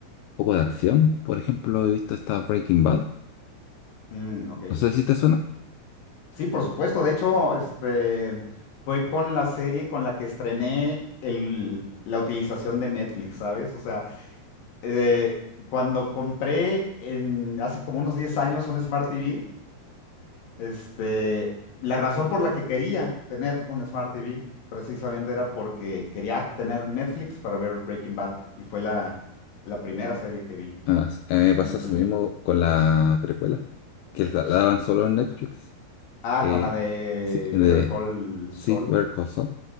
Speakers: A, on the left; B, on the left.
A: poco de acción. Por ejemplo, he visto esta Breaking Bad.
B: Mm, ok.
A: No sé si te suena.
B: Sí, por supuesto. De hecho, este fue con la serie con la que estrené el- la utilización de Netflix, ¿sabes? O sea, eh, cuando compré en, hace como unos 10 años un Smart TV, este, la razón por la que quería tener un Smart TV precisamente era porque quería tener Netflix para ver Breaking Bad y fue la, la primera serie que vi
A: Ah, a mí me pasó
B: en aquel
A: eso
B: tiempo.
A: mismo con la precuela, que la la daban solo en Netflix.
B: Ah,
A: Eh,
B: con la de
A: sí, de,
B: Better Call Saul.
A: sí, Better Call Saul.